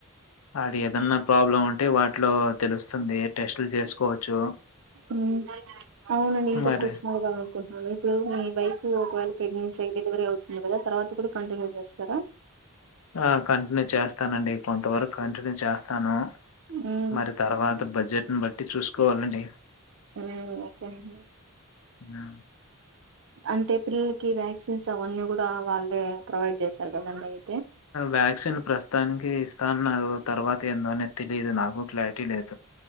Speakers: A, on the left; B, on the right.
A: అడ ఏదన్నా ప్రాబ్లం ఉంటే వాటిలో తెలుస్తుంది టెస్ట్లు చేసుకోవచ్చు
B: మ్మ్ అవునండి ఇంకొ
A: మరి
B: క్వశన్ అడగాల్ల అనుకుంటున్నాను ఇప్పుడు మీ వైప్ కి ఒకవేళ ప్రెగ్నెన్సీ అయ్యి డెలివరీ అవుతుంది కదా తర్వాత కూడా కంటిన్యూ చేస్తారా
A: ఆ కంటిన్యూ చేస్తానండి కొంతవరకు కంటిన్యూ చేస్తాను
B: మ్మ్
A: మరి తర్వాత బడ్జెట్న్ బట్టి చూసుకోవాలండి
B: మ్మ్ ఓకే నండి
A: హ్మ్.
B: అంటే పిల్లలకి వ్యాక్సిన్స్ అవన్నీ కూడా వాళ్ళు ప్రొవైడ్ చేస్తారు కదండి అవి
A: వ్యాక్సిన్ ప్రస్తుతానికి ఇస్తాన్నారు తర్వాత ఏందోని తెలియదు నాకు క్లారిటీ లేదు